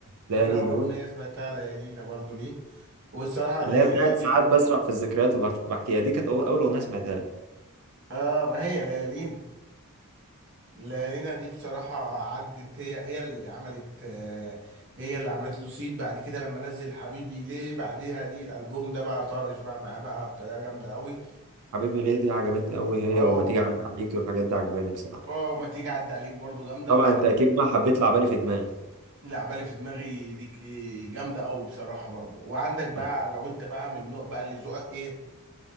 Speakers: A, on the right (about 85°); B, on the right (about 55°).
A: ليالينا
B: انا اول اغنية
A: وانت
B: سمعتها ليالينا برضو ليه والصراحة
A: اللي
B: ليالينا
A: هي بتاعت
B: دي
A: ساعات بسرح في الذكريات وبحكيها دي كانت أول أول أغنية سمعتها
B: اه ما هي ليالينا لينا دي بصراحة عدت هي هي اللي عملت آه، هي اللي عملت له سيد بعد كده لما نزل حبيبي ليه بعديها دي الألبوم ده بقى طرش بقى معاه بقى بطريقة جامدة أوي
A: حبيبي ليه دي عجبتني قوي هي
B: اه
A: وما تيجي اعدي عليكي والحاجات دي عجباني بصراحه
B: اه ما تيجي عدى عليك برضو جامدة
A: طبعا
B: وبعد
A: انت
B: كده
A: اكيد بقى حبيت لعبالي في دماغي
B: العبالة اللي في دماغي دي ك- إيه، جامدة أوي بصراحة برضو وعندك بقى
A: طيب.
B: لو أنت بقى من النوع بقى اللي ذوقك إيه